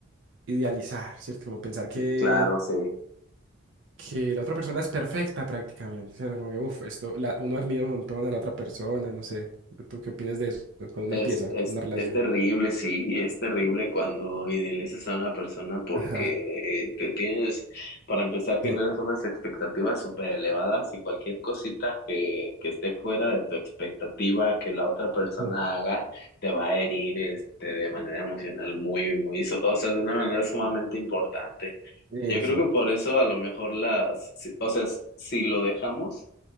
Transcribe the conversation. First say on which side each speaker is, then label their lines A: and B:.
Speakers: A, on the right (about 60°); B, on the left (about 50°).
A: idealizar, ¿cierto? Como pensar que
B: Claro, sí.
A: que la otra persona es perfecta prácticamente. O sea, no, como que, uf, esto, la, uno admira un montón a la otra persona, no sé. ¿Tú qué opinas de eso cuando uno
B: Es,
A: empieza
B: es,
A: una relación?
B: es terrible, sí, es terrible cuando idealizas a una persona porque
A: Ajá.
B: te tienes, para empezar, generas
A: Sí.
B: unas expectativas súper elevadas y cualquier cosita que, que esté fuera de tu expectativa que la otra persona
A: Ah,
B: haga te va a herir este, de manera emocional muy, muy, su- o sea, de una manera sumamente importante.
A: Exacto.
B: Yo creo que por eso a lo mejor las, si- o sea, si lo dejamos